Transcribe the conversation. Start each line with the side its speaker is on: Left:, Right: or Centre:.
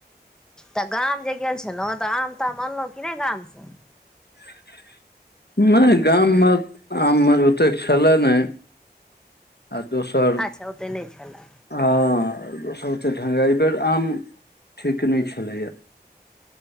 Centre: तऽ गाम जे गेल छलहुँ तऽ आम ताम अनलहुँ कि नहि गामसे
Left: <inaudible> नहि गाममे आम अर ओतेक छलय नहि आ दोसर
Centre: अच्छा ओते नहि छलए
Left: आ सभ ओतेक ढंग एहि बेर आम ठीक नहि छलैए